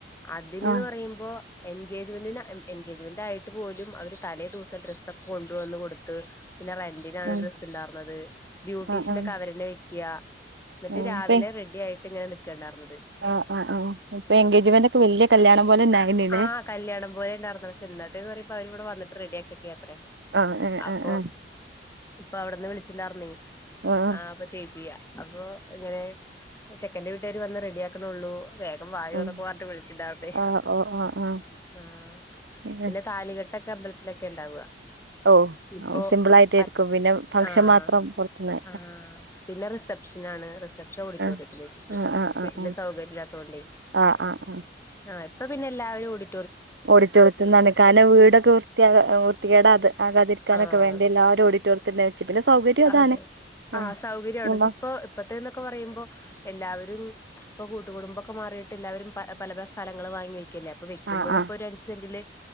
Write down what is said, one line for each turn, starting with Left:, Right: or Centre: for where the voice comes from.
Left: അതിന്ന്ന്
Right: ആഹ്
Left: പറിയ്മ്പോ എൻഗേജ്മെന്റിന് എൻഗേജ്മെന്റായിട്ട് പോലും അവര് തലേ ദൂസം ഡ്രസ്സോക്കെ കൊ ണ്ട് വന്ന് കൊട്ത്ത്. പിന്നെ റെന്റിനാണ്
Right: ആഹ്
Left: ഡ്രസ്സ്ണ്ടാർന്നത്. ബ്യൂട്ടീഷ്നൊക്കെ
Right: ആഹ് ആഹ്
Left: അവരന്നെ വെക്ക്യ. ന്ന്ട്ട്
Right: ആഹ്
Left: രാവിലെ
Right: ഇപ്പെ
Left: റെഡ്യായിട്ട് ങ്ങനെ നിക്കണ്ടാർന്നത്.
Right: ആഹ് ആഹ് ആഹ് പ്പ എൻഗേജ്മെന്റ് ക്കെ വെല്യ കല്യാണം പോലെ ന്നായീന് ലെ
Left: ആഹ് കല്യാണം പോലെ ണ്ടാർന്ന്. പഷേ ന്നത്തേന്ന് പറിമ്പോ അവരവടെ വന്ന്ട്ട് റെഡിയാക്കെക്കാത്രേ
Right: ആഹ് ആഹ്
Left: അപ്പൊ
Right: ഏഹ് ഏഹ്
Left: ഇപ്പ അവ്ട്ന്ന് വിളിച്ച്ണ്ടർന്നെ
Right: ഏഹ് ആഹ്
Left: ആ അപ്പ ചേച്ചി അപ്പൊ ഇങ്ങനെ ചെക്കന്റെ വീട്ടുകർ വന്ന് റെഡി ആക്കണള്ളൂ വേ വായോന്നൊക്കെ
Right: ആഹ്
Left: പർഞ്ഞ്ട്ട് വിളിച്ച്ണ്ടാവെ
Right: ആഹ് ഓഹ് ആഹ് ആഹ്
Left: ആ
Right: ഏഹ്
Left: പിന്നെ താലി കെ ട്ടേക്കെ അമ്പൽത്തിലെക്കെ ഇണ്ടാവ
Right: ഓഹ്
Left: ഇപ്പൊ
Right: സിമ്പിൾ ആയിട്ടായിരിക്കും
Left: പ
Right: പിന്നെ ഫംഗ്ഷൻ
Left: ആഹ്
Right: മാത്രം പുറത്തുന്ന്
Left: ആഹ് പിന്നെ റിസപ്ഷനാണ് റിസ പ്പ്ഷം ഓഡിറ്റോറിയത്തില്
Right: ആഹ്
Left: വെച്ച്ട്ട്
Right: ആഹ് ആഹ്
Left: വീട്ട്ല്
Right: ആഹ് ആഹ്
Left: സൗകര്യല്ലാത്തോണ്ടേ
Right: ആഹ് ആഹ് ആഹ്
Left: ആ പ്പ പിന്നെ എല്ലാവരും ഓഡി
Right: ഓഡിറ്റോറിത്ത്ന്നാണ് കാരണം വീടൊക്കെ വൃത്തിയാക വൃത്തികെടാത്തെ ആകാതിരിക്കാനക്കെ
Left: ആ
Right: വേണ്ടി എല്ലാരും ഓഡിറ്റോറിയത്തിന്റെ വെച്ച് പിന്നെ സൗകര്യം അതാണ്
Left: അതെ
Right: ആഹ്
Left: ആ സൗകര്യാണ്ച്ച
Right: ആഹ്
Left: ഇപ്പൊ ഇപ്പത്തെ ന്നൊക്കെ പറയ്മ്പോ എല്ലാവരും ഇപ്പൊ കൂട്ട്കുടുംബൊക്കെ മാറീട്ട് എല്ലാവരും പ പല പല സ്ഥലങ്ങള് വാങ്ങി വെക്ക്യല്ലേ ഇപ്പൊ വെക്ക്യമ്പഴും
Right: ആഹ്
Left: ഇപ്പൊരു അഞ്ച് സെന്റില്